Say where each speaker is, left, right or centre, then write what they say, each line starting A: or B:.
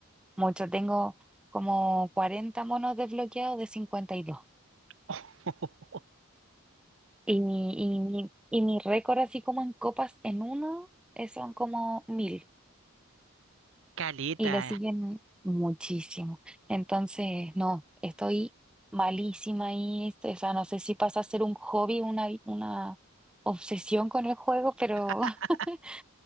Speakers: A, in the centre; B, on the right (about 60°).
A: mucho. Tengo como 40 monos desbloqueados de cincuenta Y dos.
B: <laughs>
A: Y mi, y mi, y mi récord así como en copas en uno eh, son como mil.
B: Caleta.
A: y le siguen muchísimo. Entonces, no, estoy malísima ahí, este, o sea, no sé si pasa a ser un hobby, una, una obsesión con el juego, pero
B: <laughs>
A: <laughs>